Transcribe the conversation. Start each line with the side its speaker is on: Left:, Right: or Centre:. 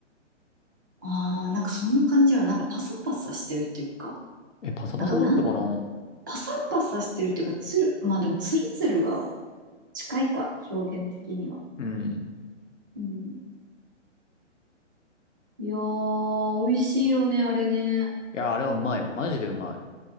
Right: ああ、なんかそんな感じよ。なんかパサパサしてるっていうか。
Left: え、パサパサだったかな
Right: なんかなん、パサパサしてるっていうか、つる、まあでもつるつるが近いか、表現的には。
Left: うん。
Right: うんいやー、美味しいよね、あれね。
Left: いや、あれはうまい。マジでうまい。